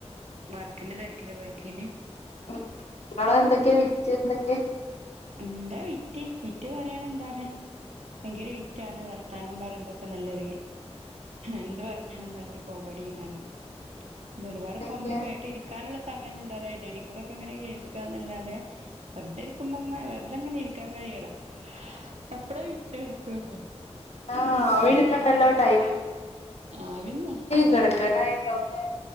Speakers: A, on the right; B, on the left.
A: വർക്കിന്റെ തെരക്കില് പോയ്ക്കേന്
B: മ് ങ്ങളെ എന്തൊക്കേ വിറ്റ് എന്തൊക്കേ
A: എന്താ വിറ്റ് വിറ്റ് പറയാനെന്താണ് ഭയങ്കര വിറ്റാണ് വർത്താനം പറയുമ്പൊക്കെ നല്ലൊരു എന്ത് പറഞ്ഞാലും നല്ലൊരു കോമഡി കാരം പിന്നെ ഒരുപാട്
B: എന്തൊക്കെയാ
A: കോമഡി കേട്ടിരിക്കാനുള്ള സമയയോണ്ടാവല്ലോ അയിന്റെ എടേകൂടി കേക്കാന്നല്ലാതെ വെറതെയിരിക്കുമ്പോ അങ്ങനെ വെറുതെങ്ങനെ ഇരിക്കാൻ കഴി കേടാ അപ്പള വിറ്റഴിക്കോള്ളൂ
B: ആഹ് ആവിട്ന്നുണ്ടല്ലോ ടൈം
A: ആവിന്നെ
B: കെടക്കാനായില്ലോല്ലേ